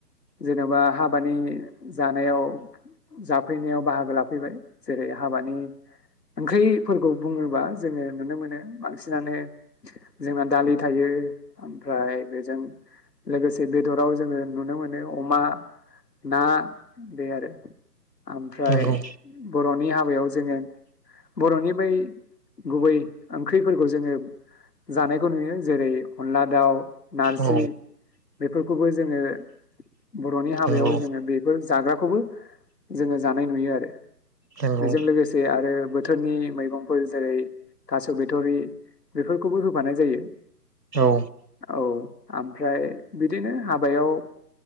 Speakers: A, on the left; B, on the right.
A: जेन'बा हाबानि जानायाव जाफैनायाव बाहागो लाफैबाय जेरै हाबानि ओंख्रिफोरखौ बुङोबा जोङो नुनो मोनो बांसिनानो जोंना दालि थायो ओमफ्राय बेजों लोगोसे बेदराव जोङो नुनो मोनो अमा ना बे आरो ओमफ्राय
B: नंगौ
A: बर'नि हाबायाव जोङो बर'नि बै गुबै ओंख्रिफोरखौ जोङो जानायखौ नुयो जेरै अनला दाउ नारजि
B: औ
A: बेफोरखौबो जोङो बर'नि हाबायाव
B: नंगौ
A: जोङो बेफोर जाग्राखौबो जोङो जानाय नुयो आरो
B: नंगौ
A: बेजों लोगोसे आरो बोथोरनि मैगं फोर जेरै थास' बिथ'रि बेफोरखौबो होफानाय जायो
B: औ
A: औ ओमफ्राय बिदिनो हाबायाव